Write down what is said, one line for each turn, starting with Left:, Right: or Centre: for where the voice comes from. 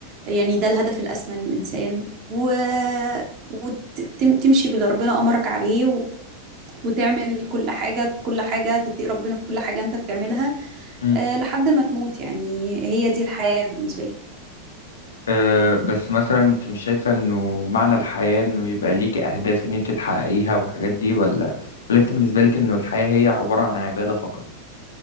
Right: يعني ده الهدف الأسمى للإنسان و... وتمشي باللي ربنا أمرك عليه و... وتعمل كل حاجة كل حاجة تتقي ربنا في كل حاجة انت بتعملها
Left: مم.
Right: آه، لحد ما تموت يعني هي دي الحياة بالنسبة لي
Left: آه، بس مثلا انت مش شايفة انه معنى الحياة انه يبقى ليكي اهداف ان انت تحققيها والحاجات دي ولا ولا انت بالنسبة لك انه الحياة هي عبارة عن عبادة فقط